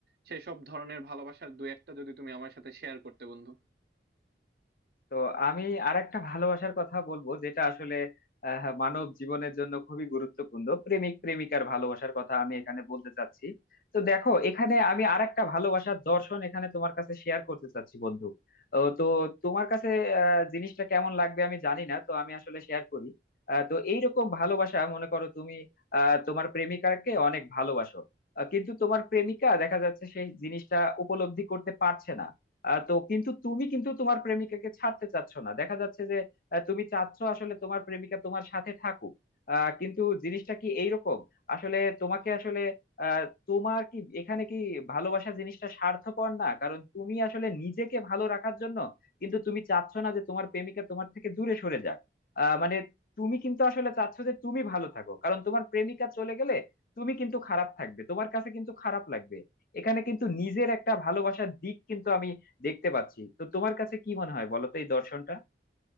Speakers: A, on the right; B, on the left.
A: সেই সব ধরনের ভালোবাসার দু একটা যদি তুমি আমার সাথে শেয়ার করতে বন্ধু
B: তো আমি আরেকটা ভালোবাসার কথা বলবো যেটা আসলে আহ, মানব জীবনের জন্য খুবই গুরুত্বপূর্ণ প্রেমিক প্রেমিকার ভালোবাসার কথা আমি এখানে বলতে চাচ্ছি তো দেখো এখানে আমি আরেকটা ভালোবাসার দর্শন এখানে তোমার কাছে শেয়ার করতে চাচ্ছি বন্ধু ও, তো তোমার কাছে আহ, জিনিসটা কেমন লাগবে আমি জানি না তো আমি আসলে শেয়ার করি আহ, তো এইরকম ভালোবাসা মনে করো তুমি আহ, তোমার প্রেমিকাকে অনেক ভালোবাসো আহ, কিন্তু তোমার প্রেমিকা দেখা যাচ্ছে সেই জিনিসটা উপলব্ধি করতে পারছে না আহ, তো কিন্তু তুমি কিন্তু তোমার প্রেমিকাকে ছাড়তে চাচ্ছ না দেখা যাচ্ছে যে আহ, তুমি চাচ্ছ আসলে তোমার প্রেমিকা তোমার সাথে থাকুক আহ, কিন্তু জিনিসটা কি এইরকম আসলে তোমাকে আসলে আহ, তোমার কি এখানে কি ভালোবাসা জিনিসটা স্বার্থপর না কারণ তুমি আসলে নিজেকে ভালো রাখার জন্য কিন্তু তুমি চাচ্ছ না যে তোমার প্রেমিকা তোমার থেকে দূরে সরে যাক আহ, মানে তুমি কিন্তু আসলে চাচ্ছ যে তুমি ভালো থাকো কারণ তোমার প্রেমিকা চলে গেলে তুমি কিন্তু খারাপ থাকবে তোমার কাছে কিন্তু খারাপ লাগবে এখানে কিন্তু নিজের একটা ভালোবাসার দিক কিন্তু আমি দেখতে পাচ্ছি তো তোমার কাছে কি মনে হয় বলো তো এই দর্শনটা